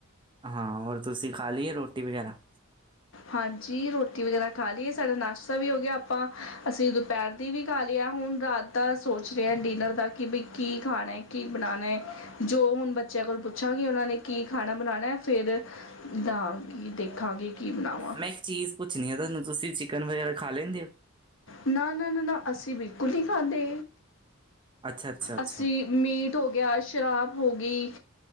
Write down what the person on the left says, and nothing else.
ਹਾਂਜੀ, ਰੋਟੀ ਵਗੈਰਾ ਖਾ ਲਈਏ। ਸਾਡਾ ਨਾਸ਼ਤਾ ਵੀ ਹੋ ਗਿਆ। ਆਪਾਂ ਅਸੀਂ ਦੁਪਹਿਰ ਦੀ ਵੀ ਖਾ ਲਈ ਐ, ਹੁਣ ਰਾਤ ਦਾ ਸੋਚ ਰਿਹਾ ਡਿਨਰ ਦਾ ਕਿ ਬਈ ਕੀ ਖਾਣਾ ਕੀ ਬਣਾਣੈ? ਜੋ ਹੁਣ ਬੱਚਿਆਂ ਕੋਲ ਪੁੱਛਾਂਗੀ ਉਹਨਾਂ ਨੇ ਕੀ ਖਾਣਾ ਬਣਾਣਾ? ਫੇਰ ਦਾਗੀ ਦੇਖਾਂਗੇ ਕੀ ਬਣਾਓ?
ਨਾ-ਨਾ। ਨਾ-ਨਾ। ਅਸੀਂ ਬਿਲਕੁਲ ਨਹੀਂ ਖਾਂਦੇ।
ਅਸੀਂ ਮੀਟ ਹੋ ਗਿਆ, ਸ਼ਰਾਬ ਹੋ ਗਈ,